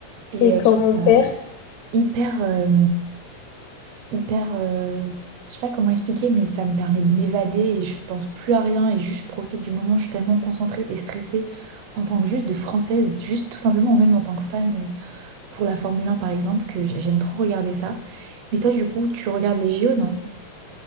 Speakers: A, on the right (about 75°); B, on the left (about 80°).
A: Et
B: Et
A: euh,
B: quand
A: je trouve
B: on
A: ça
B: perd,
A: hyper, euh, hyper, euh, je sais pas comment expliquer, mais ça me permet de m'évader et je pense plus à rien et juste je profite du moment. Je suis tellement concentrée et stressée en tant que juste de française, juste tout simplement, ou même en tant que fan euh, pour la Formule 1 par exemple, que j- j'aime trop regarder ça. Mais toi, du coup, tu regardes les JO, non?